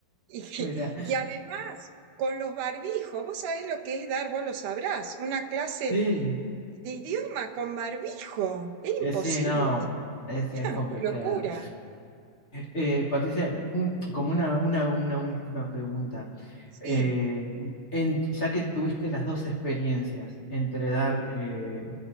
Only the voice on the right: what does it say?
Y, <laughs>
y además, con los barbijos, vos sabés lo que es dar, vos lo sabrás, una clase
de idioma con barbijo. Es
imposible,
<laughs>
locura.
Sí,